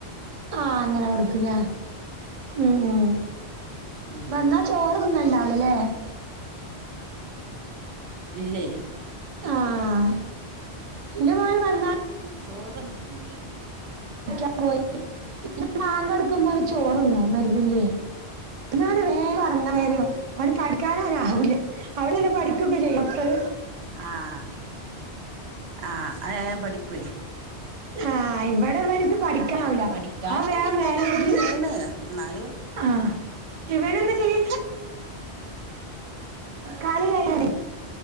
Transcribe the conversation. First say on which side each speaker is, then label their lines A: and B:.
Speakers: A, on the right; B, on the right.
A: ആഹ അങ്ങനെ കൊടുക്കുലേ ഉ ഉ
B: ഉം
A: വന്നാ. ചോറ് തിന്നല്ണ്ടാവു ലെ ല്ലേ?
B: ഇല്ലെയ്.
A: ആഹ ഇന്റെ മോനും വന്ന
B: ചോറ് ഒന്നും തിന്നു ല
A: <unintelligible> പിന്നെ ബാങ്കൊടുക്കുമ്പോ ഓന് ചോറിന്നു മ ഗ്രിബിന്റെ യ് പിന്നെ ഓന് വേ അങ്ങനെ വെരും
B: ആഹ്
A: ഓൻ പഠിക്കാനോന് അവൂല്ല അവിടെ പഠിക്കഒക്കെ ചെയ്യോ മക്കൾ.
B: ആഹ ആഹ ഏൻ പഠിക്കുവെയ്
A: ആഹ ഇവിടെ ഇവനിക്ക് പഠിക്കാനാവുല്ല
B: പഠിക്കാനൊക്കെ
A: ഓൻ വേഗം
B: പിന്നാക്കം
A: മേലെയ്കി
B: തന്നെയാണ് എന്നാലും
A: ആഹ ഇവന് എന്താ ചെയ? കളി കഴിഞാണേ